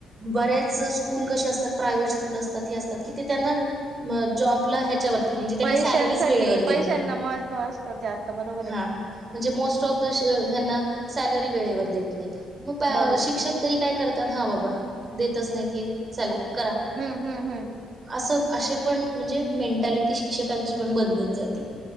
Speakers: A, on the right; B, on the right.
A: बरेच स्कूल कसे असतात. प्रायव्हेट स्कूल असतात. हे असतात की ते त्यांना म जॉबला ह्याच्यावरती. म्हणजे त्यांना
B: पैशांसाठी
A: सॅलरीच वेळेवर
B: पैशांना
A: देत नाही
B: महत्त्व असतं ते आता बरोबर आहे
A: हा. म्हणजे मोस्ट ऑफना सलरी वेळेवर देत नाही मग
B: बरोबर
A: शिक्षक तरी काय करतात हा बाबा देतच नाही ते चला करा.
B: हम्म हम्म हम्.
A: असं असे पण म्हणजे मेंटॅलिटी शिक्षकांची पण बदलत जाते.